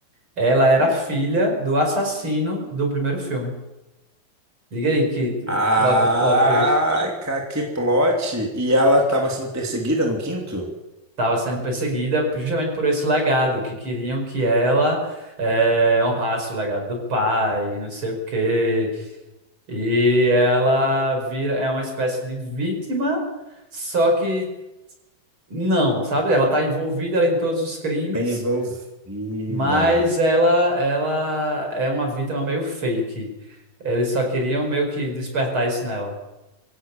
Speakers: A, on the right; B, in the centre.
A: ela era filha do assassino do primeiro filme. Diga aí que o
B: Ai,
A: plot, o plot twist
B: cara, que plot! E ela tava sendo perseguida no quinto?
A: estava sendo perseguida justamente por esse legado, que queriam que ela é, honrasse o legado do pai, não sei o quê. E ela vira, é uma espécie de vítima, só que Não, sabe? Ela está envolvida ali em todos os crimes,
B: Tá envolvida.
A: mas ela ela é uma vítima meio fake. Eles só queriam meio que despertar isso nela.